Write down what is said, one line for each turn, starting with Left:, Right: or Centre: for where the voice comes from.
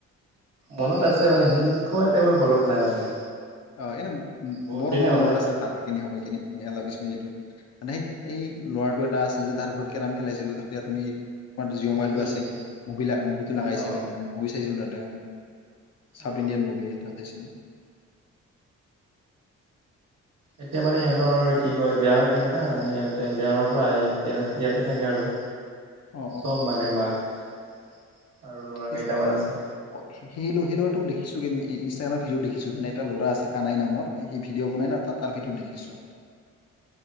Right: মনত আছে মানে সেনকুৱা টাইপৰ মনত নাই মানে।
Left: অ, এনে মো-মোৰ
Right: বহুত দিনে
Left: অলপ
Right: হ'ল
Left: মনত
Right: না
Left: আছে ভাল সেইখিন সময় কেনে, সেইয়া অলপ স্মৃতিটো। মানে সেই এই ল'ৰাটো এটা আছিল যে তাৰ ঘৰত কেৰাম খেলাইছিলো তাতে আপুনি তোমাৰতো জিঅ' মোবাইলটো
Right: উম উম
Left: আছিল।
Right: উম
Left: মুভি মুভিটো লাগাইছিলে
Right: অ
Left: মানে, মুভি চাইছিলো তাতে আমি। চাউথ
Right: অ
Left: ইণ্ডিয়ান মুভি এটা চাইছিলোঁ।
Right: এতিয়া মানে ইহঁতৰ কি কয়, বিহাৰত থাকে না ইয়াতে বিহাৰৰ পৰা আহি এতিয়া ইয়াতে থাকে আৰু।
Left: অ
Right: চব মানে মাক আৰু ল'ৰা
Left: কিচ,
Right: কেইটামান আছে
Left: অঁ সে-সেই-সেই লৰাটো দেখিছো ই-ইনষ্টাগ্ৰামত ভিডিঅ দেখিছোঁ, মানে এটা ল'ৰা আছে কানাই নামৰ সি ভিডিঅ' বনাই ন, তাত তাৰ ভিডিঅত দেখিছোঁ।